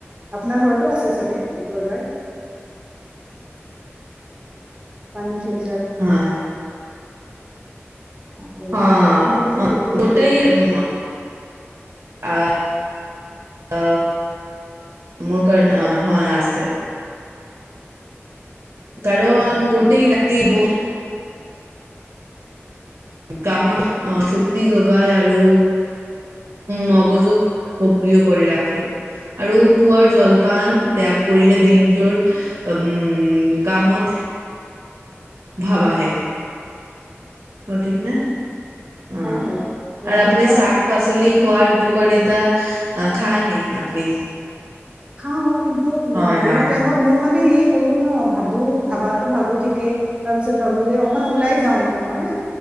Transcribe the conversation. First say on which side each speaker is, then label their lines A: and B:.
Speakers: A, on the right (about 25°); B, on the right (about 80°).
A: আপোনাৰ ঘৰতোঁ আছে চাগে, একোৱাগাৰ্ড। পানী ফিল
B: হয়।
A: আৰু
B: অ'
A: পানী ফিল্টাৰ
B: অ'
A: সেইটোৱে
B: গোটেই
A: কৰোঁ
B: উম আঁ মোৰ কাৰণে অ' হয় আছে। কাৰণ
A: উম
B: গোটেই <unintelligible> কামৰ শক্তি যোগায় আৰু, মগজুক, সক্ৰিয় কৰি ৰাখে আৰু পুৱাৰ জল, পান
A: উম
B: ত্যাগ কৰিলে দিনটোৰ উম, উম, কামত ভাৱ আহে। অ, ঠিক নে অ'
A: হয় হয় ৰাতিপুৱা
B: আৰু আপুনি শাক- পাচলি খোৱাৰ উপকাৰী, এটা খায় নি আপুনি?
A: খাও কিন্তু
B: হয়
A: বহুত
B: হয়
A: টাইমত
B: হয়
A: মোৰ মানে হে, ক'লো ন ভাবো -ভাবাতো -ভাবো ঠিকেই তাৰপিছত ভাবো যে অকমান ওলাই যাওঁ মানে মই